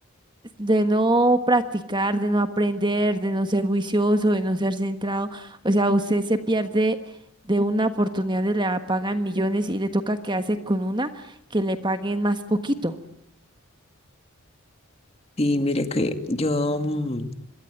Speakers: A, on the right (about 20°); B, on the left (about 25°).
A: de no practicar, de no aprender, de no ser juicioso, de no ser centrado. O sea, usted se pierde de una oportunidad donde le pagan millones y le toca quedarse con una que le paguen más poquito.
B: Y mire que yo mm,